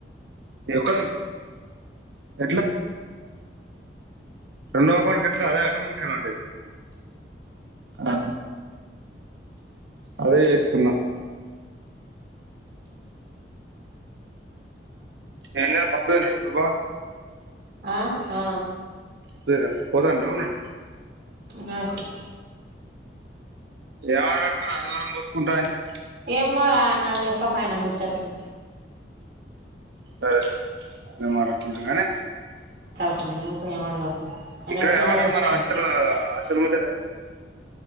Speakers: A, on the right; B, on the right.
A: ఎక్క ఎట్లా రెవకా కట్లా అదే ఆటోమటిక్దు ఆ అదే చేస్తున్నా ఏం తిన్నాడు పప్పు తిన్నాడా ఇప్పుడు బావ
B: ఆ ఆ
A: పప్పు తిన్నాడ పొత్తాడా ఉన్నాడా
B: నాట్
A: ఏం అన్నాడు మరి ఆదివారం పోసుకుంటా అంటే
B: ఏమోరా నాకు చెప్పక ఆయన ముచ్చట్లు
A: సరే అదే మాకుంటనే కానీ
B: నన్ను ఊకే ఏం అడగకు ఆయన
A: ఇక్కడ
B: ఎట్లనన్న
A: ఏమంటడు
B: చేసుకోని
A: మరి హాస్టల్ హాస్టల్ ముచ్చట